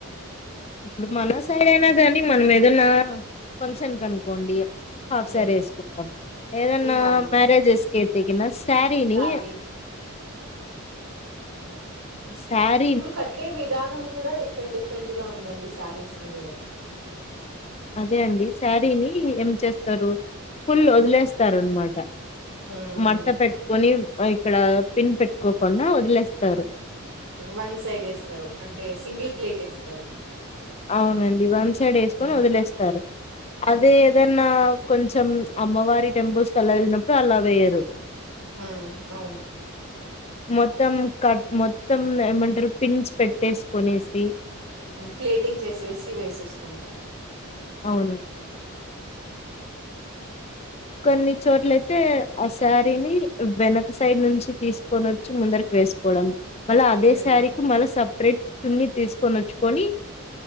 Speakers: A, on the left; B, on the right.
A: ఇప్పుడు మన సైడ్ అయినా కానీ మనం ఏదనా ఫంక్షన్ కు కనుకోండి ఇగ హాఫ్
B: హ్మ్.
A: శారీ వేసుకుంటాం ఏదన్నా
B: హ్మ్. అవును.
A: మ్యారేజెస్కయితగిన శారీని
B: శారీ.
A: సారి
B: ఇప్పుడు కట్టే విధానం కూడా డిఫరెంట్ డిఫరెంట్ గా ఉందండి శారీస్ ని కూడా
A: అదే అండి శారీని ఏం చేస్తారు ఫుల్ వదిలేస్తారు అనమాట
B: హ్మ్.
A: మడత
B: అవును.
A: పెట్టుకొని ఇక్కడ పిన్ పెట్టుకోకుండా వదిలేస్తారు
B: వన్ సైడ్ వేస్తారు. అంటే సింగిల్ ప్లేట్ వేస్తారు.
A: అవునండి వన్ సైడ్ వేసుకొని
B: హ్మ్.
A: వదిలేస్తారు
B: హ్మ్.
A: అదే. ఏదన్నా కొంచెం అమ్మవారి టెంపుల్స్ కలా వెళ్ళినప్పుడు అలా వేయరు.
B: మ్ అవును
A: మొత్తం కట్ మొత్తం ఏమంటారు పిన్స్ పెట్టేసుకునేద్ది.
B: ప్లేటింగ్ చేసేసి వేసేసుకుంటారు.
A: అవును. కొన్ని చోట్లయితే ఆ శారీని వెనక సైడ్ నుంచి తీసుకొని వచ్చి ముందరకి వేసుకోవడం మళ్ళా అదే
B: హ్మ్.
A: శారీ కి మళ్ళీ సెపరేట్ చున్నీ తీసుకొని వచ్చుకొని